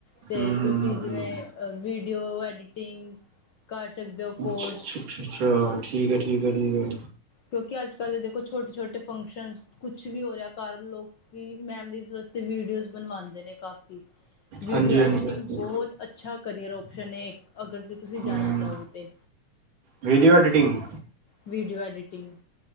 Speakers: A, on the left; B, on the right.
A: ਅਤੇ
B: ਹੂੰ
A: ਤੁਸੀਂ
B: ਹੂੰ
A: ਜਿਵੇਂ
B: ਹੂੰ
A: ਵੀਡੀਓ ਐਡੀਟਿੰਗ ਕਰ ਸਕਦੇ ਹੋ, ਕੋਰਸ।
B: ਅੱਛਾ ਅੱਛਾ -ਅੱਛਾ, ਠੀਕ ਹੈ -ਠੀਕ ਹੈ -ਠੀਕ ਹੈ।
A: ਕਿਉਂਕਿ ਅੱਜ -ਕੱਲ੍ਹ ਦੇਖੋ ਛੋਟੇ- ਛੋਟੇ ਫੰਕਸ਼ਨ ਕੁੱਛ ਵੀ ਹੋ ਰਿਹਾ ਘਰ ਲੋ ਵੀ ਮੈਮਰੀਜ਼ ਵਾਸਤੇ ਵੀਡੀਓਜ਼ ਬਣਵਾਉਂਦੇ ਨੇ ਕਾਫੀ ਵੀਡੀਓ
B: ਹਾਂਜੀ
A: ਐਡਿਟਿੰਗ
B: ਹਾਂਜੀ ਹਾਂਜੀ
A: ਬਹੁੱਤ ਅੱਛਾ ਕਰਿਅਰ ਓਪਸ਼ਨ ਹੈ ਇੱਕ ਅਗਰ ਤੁਸੀਂ ਜਾਣਾ
B: ਹੂੰ,
A: ਚਾਹੋ ਤੇ
B: ਵੀਡੀਓ ਐਡੀਟਿੰਗ।
A: Video editing.